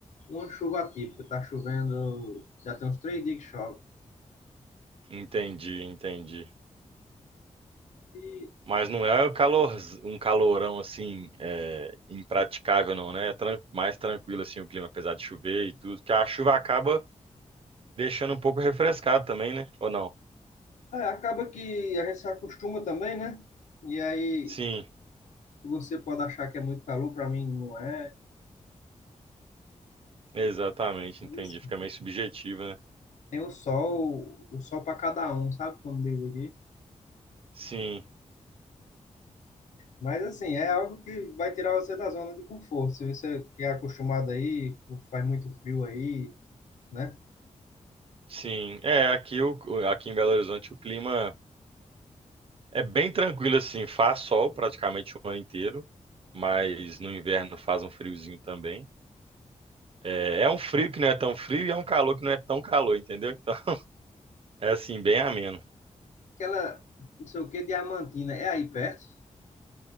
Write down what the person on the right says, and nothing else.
Entendi, entendi.
Mas não é o calor, um calorão assim, é, impraticável, não, né? É tran- mais tranquilo assim o clima, apesar de chover e tudo, que a chuva acaba deixando um pouco refrescado também, né? Ou não?
Sim,
exatamente,
entendi.
Fica meio subjetivo, né?
Sim,
sim. É, aqui, o, aqui em Belo Horizonte o clima é bem tranquilo assim, faz sol praticamente o ano inteiro, mas no inverno faz um friozinho também. É, é um frio que não é tão frio e é um calor que não é tão calor, entendeu? Então, é assim, bem ameno.